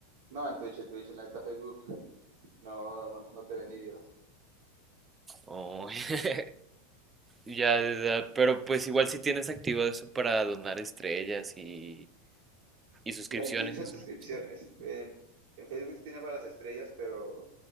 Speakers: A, on the right; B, on the right.
A: no, en Twitch, en Twitch, en la neta Facebook, no, no, no te ven ni Dios.
B: Oh, <laughs> ya, ya, ya, pero pues igual si tienes activado eso para donar estrellas y, y suscripciones,
A: En Twitch son
B: eso,
A: suscripciones.
B: ¿no?
A: En, en Facebook sí tenía para las estrellas, pero